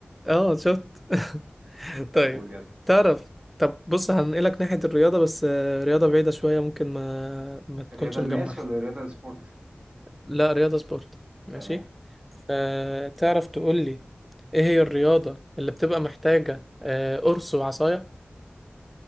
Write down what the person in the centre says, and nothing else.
اه شفت <laughs>
طيب
تعرف طب بص هنقلك ناحية الرياضة بس آه، رياضة بعيدة شوية ممكن ما ما تكونش
مجمعها
لا رياضة سبورت ماشي
فتعرف تقول لي ايه هي الرياضة اللي بتبقى محتاجة آه، قرص وعصاية